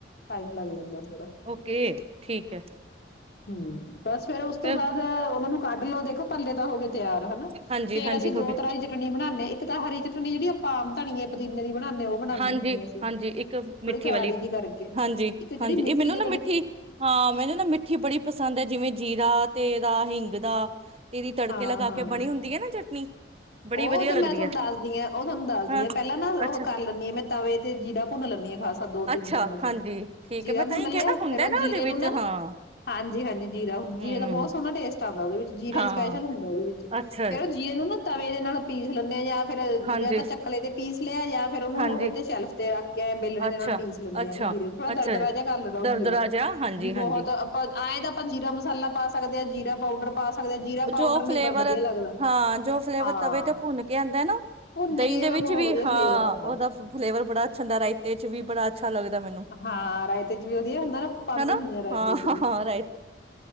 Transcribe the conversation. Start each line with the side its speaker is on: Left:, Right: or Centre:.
Left: ਟਾਈਮ ਲੱਗ ਜਾਂਦਾ ਥੋੜਾ
Right: ਕੇ ਠੀਕ ਹੈ
Left: ਹਮ ਬਸ ਫੇਰ ਉਸ
Right: ਫਿਰ
Left: ਤੋਂ ਬਾਅਦ ਉਹਨਾਂ ਨੂੰ ਕੱਢ ਲਓ ਦੇਖੋ ਪੱਲੇ ਤਾਂ ਹੋ ਗਏ ਤਿਆਰ ਹਨਾ
Right: ਹਾਂਜੀ,
Left: ਫ਼ੇਰ
Right: ਹਾਂਜੀ
Left: ਅਸੀਂ ਦੋ
Right: ਹੋ ਗਏ।
Left: ਤਰ੍ਹਾਂ ਦੀ ਚਟਨੀ ਬਣਾਦੇ ਇੱਕ ਤਾਂ ਹਰੀ ਚਟਨੀ ਜਿਹੜੀ ਧਨੀਏ ਪੁਦੀਨੇ ਦੀ ਬਣਾਉਦੇ ਉਹ ਬਣਾਉਂਦੇ
Right: ਹਾਂਜੀ,
Left: ਹੁੰਦੇ ਅਸੀਂ
Right: ਹਾਂਜੀ ਇੱਕ ਮਿੱਠੀ
Left: ਥੋੜੀ ਕਰਾਰੀ
Right: ਵਾਲੀ
Left: ਜਿਹੀ ਕਰਕੇ
Right: ਹਾਂਜੀ,
Left: ਇੱਕ ਜਿਹੜੀ
Right: ਹਾਂਜੀ
Left: ਮਿੱਠੀ
Right: ਇਹ ਮੈਨੂੰ
Left: ਜ
Right: ਨਾ ਮਿੱਠੀ ਹਾਂ ਮੈਨੂੰ ਨਾ ਮਿੱਠੀ ਬੜੀ ਪਸੰਦ ਹੈ ਜਿਵੇਂ ਜੀਰਾ ਤੇਰਾ ਹਿੰਗ ਦਾ ਤੇ ਇਹਦੀ ਤੜਕੇ
Left: ਹਾਂ
Right: ਲਗਾ
Left: ਹਾਂ
Right: ਕੇ ਬਣੀ ਹੁੰਦੀ ਹੈ ਨਾ ਚਟਨੀ ਬੜੀ
Left: ਉਹ
Right: ਵਧੀਆ
Left: ਤਾਂ
Right: ਲੱਗਦੀ
Left: ਮੈਂ ਤੁਹਾਨੂੰ
Right: ਹੈ
Left: ਦੱਸਦੀ ਹ ਉਹ ਤੁਹਾਨੂੰ ਦੱਸਦੀ
Right: ਹਾਂ।
Left: ਆ ਪਹਿਲਾਂ ਨਾ ਉਹ
Right: ਅੱਛਾ,
Left: ਕਰ ਲ ਮੈਂ ਤਵੇ ਤੇ ਜੀਰਾ ਭੁੰਨ ਲੈਂਦੀ ਹਾਂ ਖਾਸਾ ਦੋ
Right: ਅੱਛਾ
Left: ਤਿੰਨ ਚਮਚ
Right: ਹਾਂਜੀ ਠੀਕ
Left: ਜੀਰਾ
Right: ਹੈ ਮੈਂ
Left: ਭੁੰਨ
Right: ਤਾਂ ਹੀ ਕਿਹਾ
Left: ਲਿਆ
Right: ਨਾ ਹੁੰਦਾ
Left: ਫੇਰ ਉਹ ਜੀਰੇ
Right: ਉਹਦੇ
Left: ਨੂੰ
Right: ਵਿੱਚ
Left: ਨਾ
Right: ਹਾਂ।
Left: ਹਾਂਜੀ ਹਾਂਜੀ ਜੀਰਾ ਜੀਰੇ
Right: ਹੂੰ
Left: ਦਾ ਬਹੁਤ ਸੋਹਣਾ ਟੇਸਟ ਆਉਂਦਾ ਉਹਦੇ ਵਿੱਚ ਜੀਰਾ
Right: ਹਾਂ
Left: ਸਪੈਸ਼ਲ ਹੁੰਦਾ ਉਹਦੇ ਵਿੱਚ
Right: ਅੱਛਾ
Left: ਫੇਰ ਉਹ ਜੀਏ ਨੂੰ ਨਾ ਤਵੇ ਦੇ ਨਾਲ ਪੀਸ ਲੈਂਦੇ ਹਾਂ ਜਾਂ ਫੇਰ
Right: ਹਾਂਜੀ,
Left: ਜ ਤਾਂ ਚੱਕਲੇ ਦੇ ਪੀਸ ਪਲੇਰ ਜਾਂ ਫਿਰ ਉਹਨੂੰ
Right: ਹਾਂਜੀ
Left: ਸ਼ੈਲਫ ਤੇ ਰੱਖ ਬੇਲਣ
Right: ਅੱਛਾ,
Left: ਨਾਲ ਪੀਸ ਲੈਂਦੇ
Right: ਅੱਛਾ,
Left: ਆਾਂ ਉਹਨ ਜੀਰੇ ਨੂੰ ਥੋੜਾ ਦਰਦ
Right: ਅੱਛਾ ਜੀ
Left: ਰ ਜਹਾ ਕਰ ਲਓ
Right: ਦਰਦਰਾ
Left: ਜੀਰਾ
Right: ਜਿਹਾ ਹਾਂਜੀ-ਹਾਂਜੀ
Left: ਵੀ ਬਹੁਤ ਆਪਾਂ ਆਏਂ ਤਾਂ ਆਪਾਂ ਜੀਰਾ ਮਸਾਲਾ ਪਾ ਸਕਦੇ ਹਾਂ ਜੀਰਾ ਪਾਊਡਰ ਪਾ ਸਕਦੇ ਹਾਂ ਜੀਰਾ ਪਾਊਡਰ
Right: ਜੋ
Left: ਨੀ
Right: ਫਲੇਵਰ
Left: ਪਰ ਵਧੀਆ ਲੱਗਦਾ
Right: ਹਾਂ ਜੋ ਫਲੇਵਰ
Left: ਹਾਂ
Right: ਤਵੇ ਤੇ ਭੁੰਨ ਕੇ ਆਉਂਦਾ ਨਾ
Left: ਭੁੰਨ
Right: ਦਹੀਂ
Left: ਕੇ
Right: ਦੇ
Left: ਉਹਦਾ
Right: ਵਿੱਚ
Left: ਬਹੁਤ
Right: ਵੀ
Left: ਵਧੀਆ
Right: ਹਾਂ
Left: ਫਲੇਵਰ ਆਉਂਦਾ।
Right: ਉਹਦਾ ਫਲੇਵਰ ਬੜਾ ਅੱਛਾ ਹੁੰਦਾ ਰਾਈ ਬੜਾ ਅੱਛਾ ਲੱਗਦਾ ਮੈਨੂੰ
Left: ਹਾਂ ਰਾਇਤੇ ਚ ਵੀ ਵਧੀਆ ਹੁੰਦਾ ਨਾ ਪਾਉਂਦੇ
Right: ਹਨਾ
Left: ਹੁੰਦੇ ਆ ਰਾਇਤੇ
Right: ਹਾਂ-ਹਾਂ
Left: ਚ ਵੀ